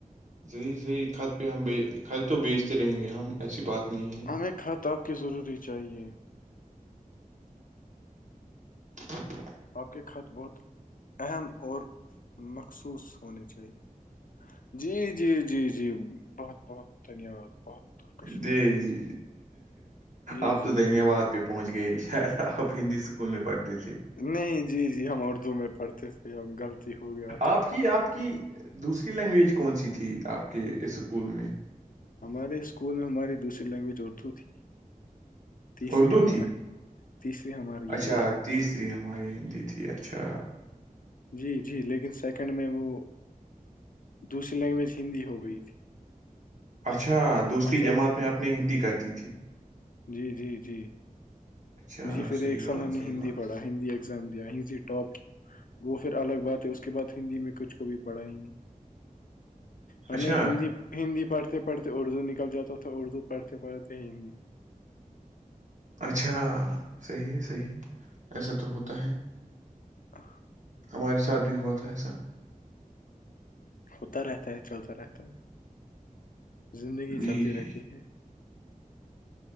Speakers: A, on the right; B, on the left.
A: صحیح صحیح خط پہ ہم ب خط تو بیچتے رہیں گے ہم ایسی بات نہیں ہے
B: ہمیں کھطاب کی ضروری چاہیے
A: ہ <inaudible> <inaudible>
B: آپ کے کھط بہت اہم اور مخصوص ہونے چاہیے جی جی جی جی بہت بہت دھنیہ واد بہت آپ کا شکریہ
A: جی جی
B: جی
A: آپ تو
B: جی
A: دھنیہ واد پ پہنچ گئی شاید آپ ہندی اسکول میں پڑھتے تھے
B: نہیں جی جی ہم اردو میں پڑھتے تھے ہم غلطی ہو گیا تو
A: آپ کی آپ کی دوسری لینگویج کون سی تھی آپ کے اس اسکول میں
B: ہمارے اسکول میں ہماری دوسری لینگویج اردو تھی تیسری
A: اردو
B: ہمارا
A: تھی
B: ہے تیسری ہماریے
A: اچھا
B: یہ
A: تیسری ہماری ہندی تھی اچھا
B: جی جی لیکن سیکنڈ میں وہ دوسری لینگویج ہندی ہو گئی تھی
A: اچھا دوسری
B: اچانک
A: جماعت میں آپ نے ہندی کر دی تھی
B: جی جی جی
A: اچھا
B: جی پھر
A: صحیح
B: ایک سال
A: بات
B: ہم نے
A: صحیح
B: ہندی
A: بات
B: پڑھا ہندی ایگزام دیا ہی ٹاپ وہ پھر الگ بات ہے اس کے بعد ہندی میں کچھ کو بھی پڑھا ہی نہیں ہمیں
A: اچھا
B: ہندی ہندی پڑھتے پڑھتے اردو نکل جاتا تھا اردو پڑھتے پڑھتے ہندی
A: اچھا صحیح ہے صحیح ہے ایسا تو ہوتا ہے
B: ا
A: تہارے ساتھ بھی ہوا تھا ایسا
B: ہوتا رہتا ہے چلتا رہتا ہے زندگی
A: جی
B: چلتی
A: جی
B: رہتی ہے